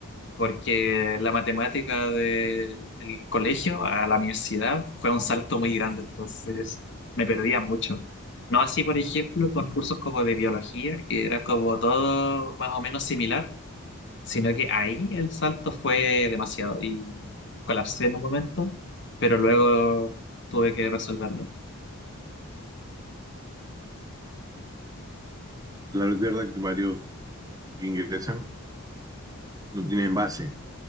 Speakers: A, on the left; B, on the right.
A: porque la matemática del el colegio a la universidad fue un salto muy grande, entonces me perdía mucho. No así, por ejemplo, con cursos como de biología, que era como todo más o menos similar, sino que ahí el salto fue demasiado y colapsé en un momento, pero luego tuve que resolverlo.
B: la verdad que varios que ingresan no tienen base.